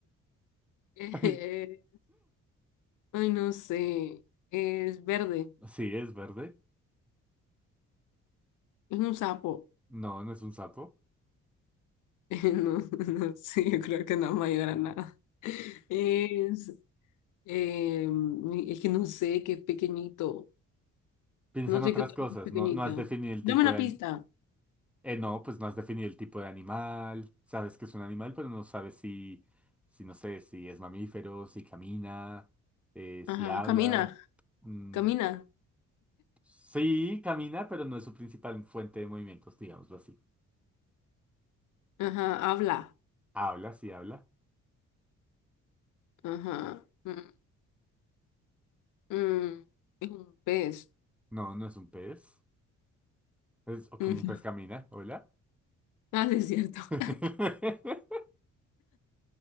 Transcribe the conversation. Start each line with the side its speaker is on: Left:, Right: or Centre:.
Left: <laughs>
Centre: Ay,
Left: Eh, ay, no sé, es verde,
Centre: Sí, es verde.
Left: es un sapo.
Centre: No, no es un sapo.
Left: <laughs> No, no sé, yo creo que no vamos a llegar a nada. <laughs> Es, em, es que no sé, que es pequeñito.
Centre: Piensa
Left: No
Centre: en
Left: sé
Centre: otras
Left: qué otra
Centre: cosas.
Left: cosa es pequeñita.
Centre: No, no has definido el
Left: Dame
Centre: tipo
Left: una
Centre: de...
Left: pista.
Centre: ani- Eh, no, pues no has definido el tipo de animal. Sabes que es un animal, pero no sabes si, si no sé, si es mamífero, si camina, eh, si
Left: Ajá,
Centre: habla.
Left: camina,
Centre: Mm,
Left: camina.
Centre: sí, camina, pero no es su principal fuente de movimientos, digámoslo así.
Left: Ajá, habla.
Centre: Habla, sí habla.
Left: Ajá. mm, mm, es un pez.
Centre: No, no es un pez. Es o como
Left: Mm,
Centre: un pez
Left: <laughs>
Centre: camina. Hola.
Left: Ah, sí, es cierto.
Centre: <laughs>
Left: <laughs>